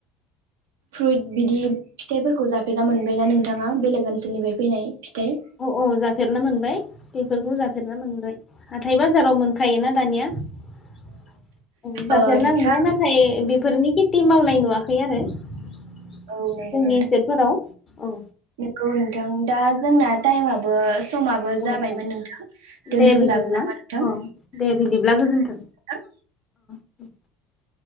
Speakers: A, on the right; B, on the left.
A: फ्रुइट बिदि फिथाइफोरखौ जाफेरना मोनबायना नोंथाङा बेलेग ओनसोलनिफ्राय फैनाय फिथाइ
B: औ औ जाफेरनो मोनबाय। बेफोरखौ जाफेरनो मोनबाय हाथाय बाजाराव मोनखायोना दानिया औ जाफेरना
A: ओ नोंथां
B: मोनबाय नाथाय बेफोरनि खेटि मावनाय नुवाखै आरो जोंनि
A: औ नंगौ
B: ओनसोलफोराव औ
A: गौ नोंथां दा जोंना टाइमाबो समाबो जाबायमोन
B: औ औ
A: नोंथां दोनथ'जागोन
B: दे बिदिब्ला
A: नामा नोंथां नोंथां
B: अ दे बिदिब्ला गोजोन्थों <unintelligible>